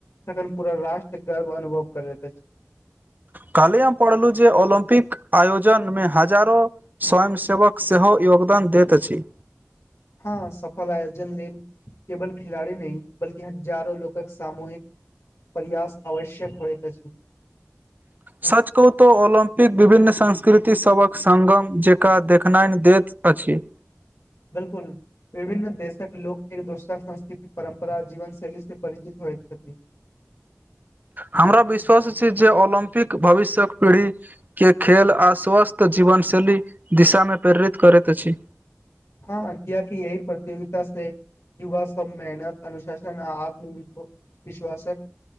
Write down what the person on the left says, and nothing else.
तखन पूरा राष्ट्र गर्व अनुभव करैत अछि
हँ सफल आयोजन लेल केवल खिलाड़ी नहि बल्कि हजारो लोकक सामूहिक परयास आवश्यक होएत अछि
बिलकुल विभिन्न देशक लोक एक दोसराक संस्कृति परम्परा जीवन शैली से परिचित होइत छथिन
हँ कियेकि यही प्रतियोगिता से युवा सब मेहनत अनुशासन आ आत्म विश्वासक